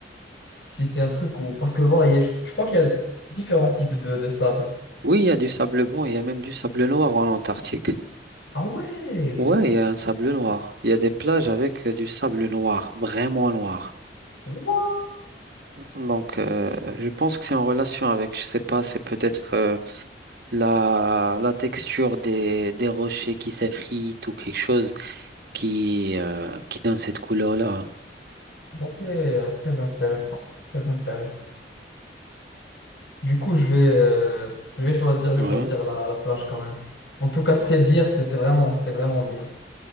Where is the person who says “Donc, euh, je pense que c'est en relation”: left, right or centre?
Right